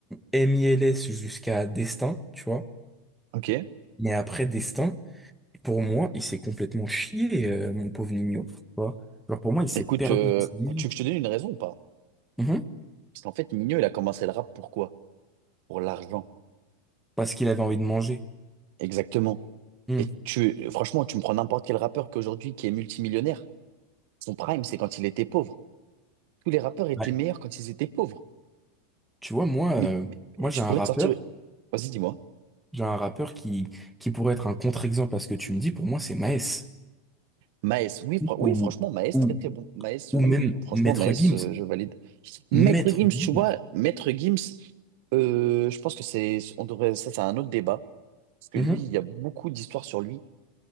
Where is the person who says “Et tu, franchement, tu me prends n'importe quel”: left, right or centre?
Right